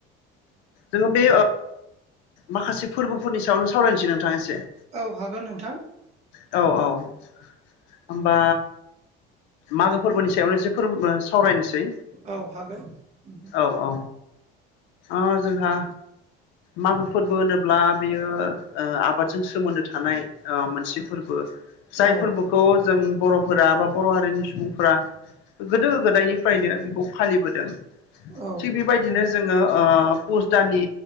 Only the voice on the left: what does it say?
जोङो बे माखासे फोरबोफोरनि सायावनो सावरायनोसै नोंथां एसे
औ औ होमबा मागो फोरबोनि सायावनो एसे फोर सावरायनोसै
औ औ जोंहा मागो फोरबो होनोब्ला बेयो आबादजों सोमोन्दो थानाय मोनसे फोरबो जाय
फोरबोखौ जों बर'फोरा बा बर' हारिनि सुबुंफोरा गोदो गोदायनिफ्रायनो बेखौ फालिबोदों
थिग बेबायदिनो जोङो पुस दाननि